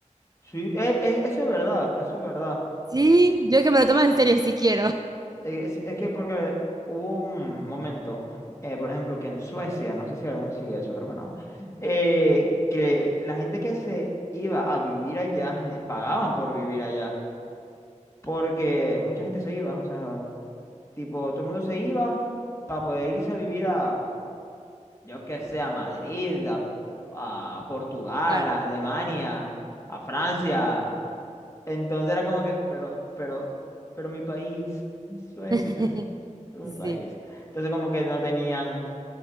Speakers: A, on the left; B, on the right.
A: sí, e- e- eso es verdad, eso es verdad.
B: Sí, yo que me lo tomo en serio, sí quiero.
A: E- Es, es que porque hubo un momento, eh, por ejemplo, que en Suecia, no sé si aún sigue eso, creo que no, eh, que la gente que se iba a vivir allá, les pagaban por vivir allá. Porque mucha gente se iba, o sea, tipo, todo el mundo se iba para poder irse a vivir a, yo que sé, a Madrid, a, a Portugal,
B: Claro.
A: a Alemania, a Francia. Entonces era como que, pero, pero, pero mi país, Suecia,
B: <laughs>
A: pero
B: Sí.
A: mi país. Entonces como que no tenían